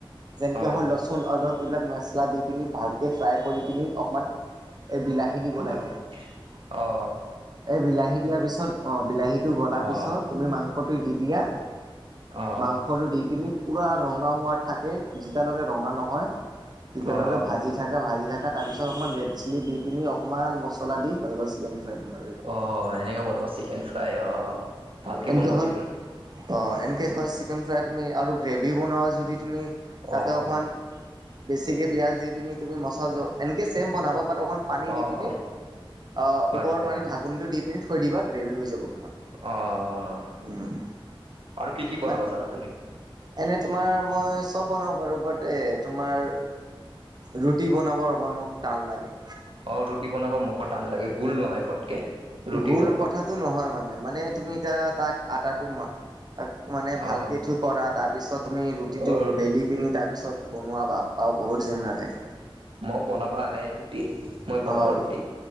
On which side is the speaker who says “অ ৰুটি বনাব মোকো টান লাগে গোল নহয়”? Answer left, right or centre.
Right